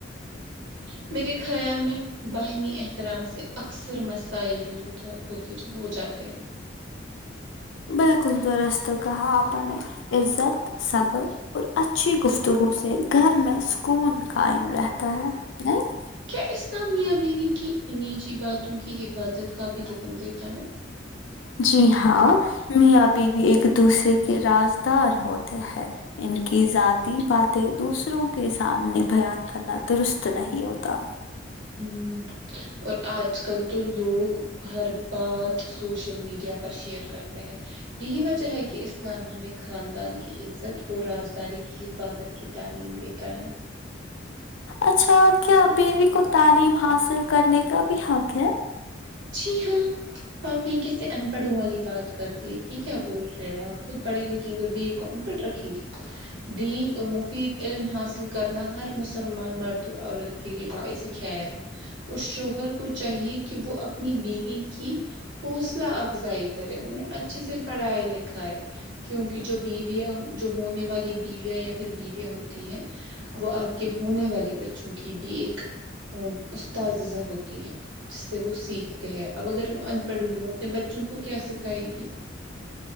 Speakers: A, on the right; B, on the left.
A: <inaudible> میرے خیال میں باہمی احترام سے اکثر مسائل حل ہوتا ہے ہوتے جو ہوجاتے ہیں
B: بالکل درست کہا آپ نے عزت صبر اور اچھی گفتگو سے گھر میں سکون قائم رہتا ہے نئی
A: کیا اسلام میاں بیوی کی نجی باتوں کی حفاظت کا بھی حکم دیتا ہے
B: جی ہاں میاں بیوی ایک دوسرے کے رازدار ہوتے ہیں ان کی ذاتی باتیں دوسروں کے سامنے بیان کرنا درست نہیں ہوتا
A: ہوں اور آج کل تو لوگ ہر بات سوشل میڈیا پر شیئر کرتے ہیں یہی وجہ ہے کہ اسلام ہمیں خاندان کی عزت اور رازداری کی حفاظت کی تعلیم دیتا ہے
B: اچھا کیا بیوی کو تعلیم حاصل کرنے کا بھی حق ہے
A: جی ہاں آپ نے کیسے ان پڑھوں والی بات کر دی کہ کیا بول رہے ہیں آپ خود پڑھے لکھے ہیں اور بیوی کو ان پڑھ رکھیں گے دین اور مفید علم حاصل کرنا ہر مسلمان مرد اور عورت کے لیے باعث خیر ہے اس شوہر کو چاہیے کہ وہ اپ نی بیوی کی حوصلہ افزائی کرے انہیں اچھے سے پڑھائے لکھائے کیونکہ جو بیویا جو ہونے والی بیویا یا پھر بیویا ہوتی ہے وہ آپ کے ہونے والے بچوں کی بھی ایک استاذذہ ہوتی ہے جس سے وہ سیکھ تے ہےاب اگر وہ ان پڑھ ہوئی وہ اپنے بچوں کو کیا سکھائے گی